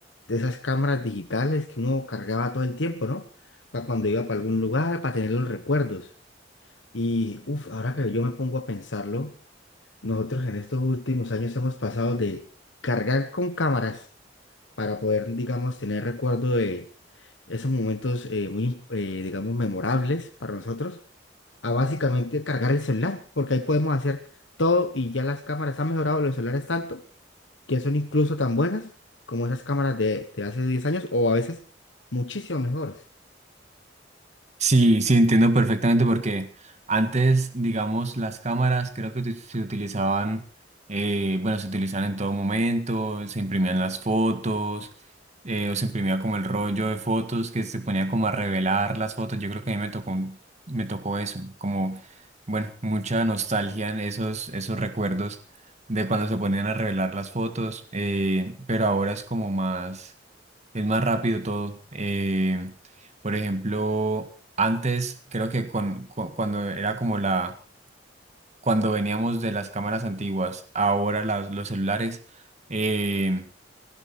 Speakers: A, on the left (about 75°); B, on the right (about 40°).
A: de esas cámaras digitales que uno cargaba todo el tiempo, ¿no? Para cuando iba para algún lugar, para tener los recuerdos. Y uff, ahora que yo me pongo a pensarlo. Nosotros en estos últimos años hemos pasado de cargar con cámaras para poder, digamos, tener recuerdo de esos momentos eh, muy, eh, digamos, memorables para nosotros, a básicamente cargar el celular, porque ahí podemos hacer todo y ya las cámaras han mejorado los celulares tanto que son incluso tan buenas como esas cámaras de, de hace 10 años o a veces muchísimo mejores.
B: Sí, sí, entiendo perfectamente porque antes, digamos, las cámaras creo que tu- se utilizaban, eh, bueno, se utilizaban en todo momento, se imprimían las fotos, eh, o se imprimía como el rollo de fotos que se ponía como a revelar las fotos. Yo creo que a mí me tocó, un- me tocó eso, como, bueno, mucha nostalgia en esos, esos recuerdos de cuando se ponían a revelar las fotos, eh, pero ahora es como más, es más rápido todo. eh, por ejemplo, antes creo que con, cu- cuando era como la, cuando veníamos de las cámaras antiguas, ahora las, los celulares, eh,